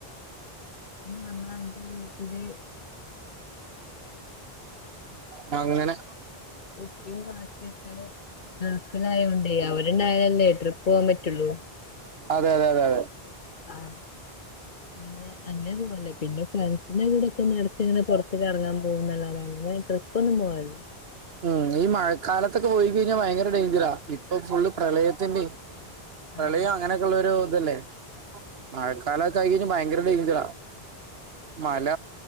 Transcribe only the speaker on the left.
എന്ന് പറഞ്ഞാ എന്റെ വീട്ടില്
ഉപ്പ കാക്കയൊക്കെ ഗൾഫിലായോണ്ട് അവര് ഓല്ണ്ടായാലല്ലേ ട്രിപ്പോവാൻ പറ്റുള്ളൂ
ആ പിന്നെ അങ്ങനൊന്നും <unintelligible> പിന്നെ ഫ്രണ്സിന്റെ കൂടൊക്കെങ്ങനെടക്ക് ങ്ങനെ പൊർത്ത് കറങ്ങാൻ പോവുന്നല്ലാതെ അങ്ങനെ ട്രിപ്പൊന്നും പോവലില്ല
ആഹ്